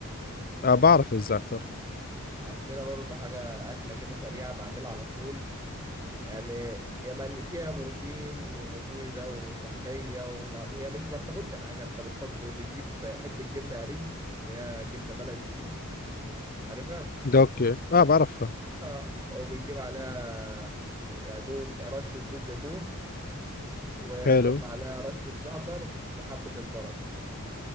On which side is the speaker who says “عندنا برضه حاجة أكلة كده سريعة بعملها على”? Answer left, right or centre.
Right